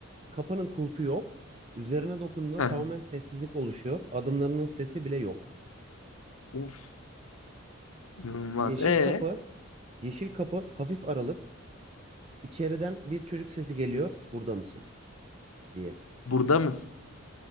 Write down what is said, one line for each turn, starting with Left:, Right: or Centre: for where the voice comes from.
Right: kapının kulpu yok. Üzerine dokunduğunda
Left: <laughs>
Right: tamamen sessizlik oluşuyor. Adımlarının sesi bile yok.
Left: Of. inanılmaz.
Right: Yeşil
Left: E
Right: kapı, yeşil kapı hafif aralık. İçeriden bir çocuk sesi geliyor. Burada mısın? diye.
Left: Burada mısın?